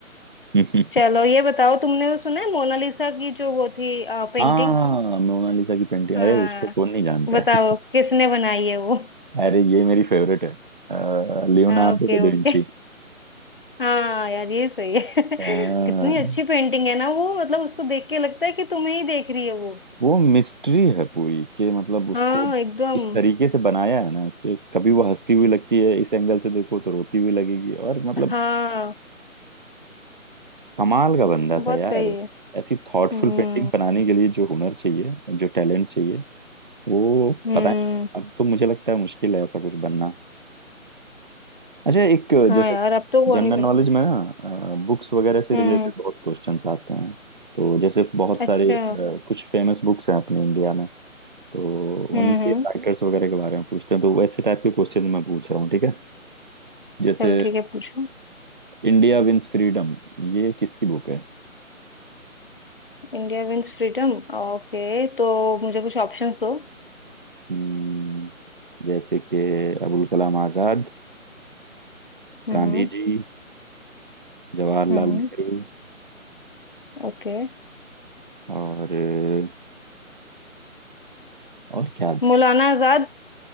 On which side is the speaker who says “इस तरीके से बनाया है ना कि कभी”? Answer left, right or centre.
Right